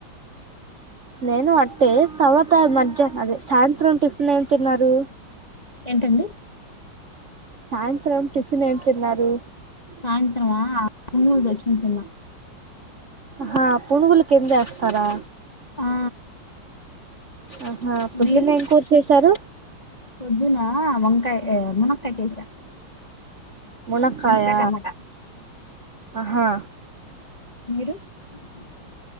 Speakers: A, on the right (about 50°); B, on the left (about 25°).
A: నేను అట్టే తర్వాత మధ్యాహ్న అద సాయంత్రం టిఫిన్ ఏం తిన్నారు
B: ఏంటండి
A: సాయంత్రం టిఫిన్ ఏం తిన్నారు
B: సాయంత్రమా పునుగులు తెచ్చుకుని తిన్నా
A: హా పునుగులు కింద వేస్తారా
B: ఆ
A: ఆహా పొద్దున్న
B: మీరు
A: ఏం కూర చేశారు
B: పోదున్న కాయ్ ముూనక్క చేసాను
A: మునక్కాయ
B: ములకాయ టమాటా
A: ఆహా
B: మీరు స